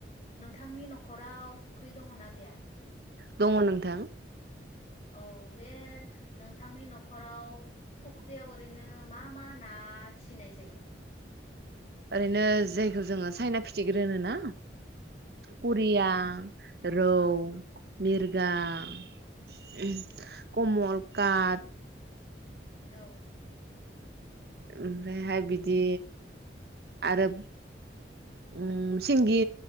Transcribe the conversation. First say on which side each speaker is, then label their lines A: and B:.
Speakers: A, on the left; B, on the right.
A: नोंथांनि न'खराव फुख्रि दङना गैया
B: दङ नोंथां।
A: औ बे नोंथांनि नखराव फुख्रियाव ओरैनो मा मा ना फिसिनाय जायो?
B: ओरैनो जायखौ जोङो साइना फिथिग्रि होनोना करिया रौ, मिरगा ओहोम कमल कात।
A: औ
B: ओमफ्रायहाय बिदि आरो ओम सिंगि